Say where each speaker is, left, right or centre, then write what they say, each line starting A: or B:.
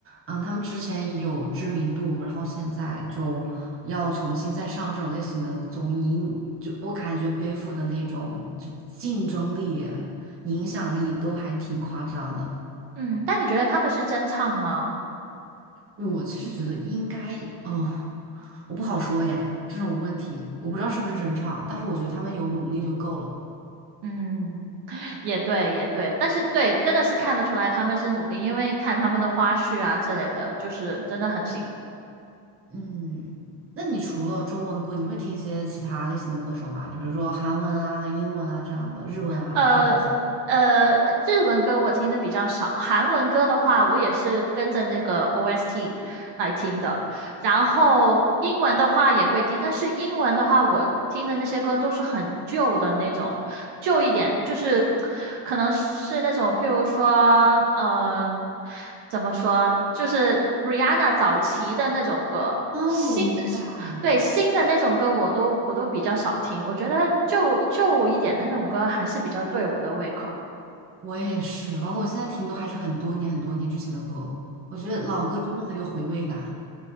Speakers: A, on the right; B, on the right.
A: 嗯，他们之前有知名度，然后现在就要重新再上这种类型的综艺，嗯就我感觉背负的那种就竞争力、影响力都还挺夸张的。
B: 嗯，但你觉得他们是真唱吗？
A: 我其实觉得应该，哦，我不好说耶，这种问题我不知道是不是真唱，但是我觉得他们有努力就够了。
B: 嗯，也对，也对，但是对，真的是看得出来他们是努力，因为看他们的花絮啊之类的，就是真的很辛苦。
A: 嗯，那你除了中文歌，你会听一些其他类型的歌手吗？就比如说韩文啊、英文啊这样的，日文啊这样子。
B: 呃呃，日文歌我听的比较少，韩文歌的话，我也是跟着那个 OST 来听的。然后英文的话也会听，但是英文的话，我听的那些歌都是很旧的那种，旧一点，就是可能是那种，譬如说，嗯、怎么说，就是 Rihanna 早期的那种歌。
A: 啊，
B: 新的，
A: 我明白，
B: 对，新的那种歌我都我都比较少听，我觉得旧旧一点的那种歌还是比较对我的胃口。
A: 我也是，包括我现在听都还是很多年很多年之前的歌，我觉得老歌真的很有回味感。